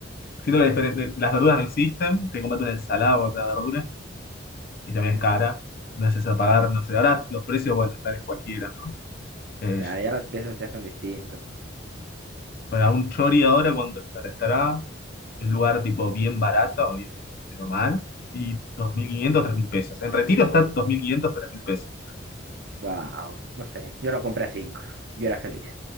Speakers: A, on the left; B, on the right.
A: siento que diferente- las verduras no existen, te comes una ensalada o otra verdura y también
B: Ujú.
A: es cara.
B: <laughs>
A: Me haces apagar, no sé, ahora los precios, bueno, están en cualquiera, ¿no? Eh,
B: Claro, ya las piezas ya son distintas.
A: para un chori ahora, ¿cuánto estará? Estará en un lugar tipo bien barato, o bien, pero mal, y dos mil quinientos, tres mil pesos. En Retiro está dos mil quinientos tres mil pesos.
B: Wow, no sé. Yo lo compré a cinco. Yo era feliz.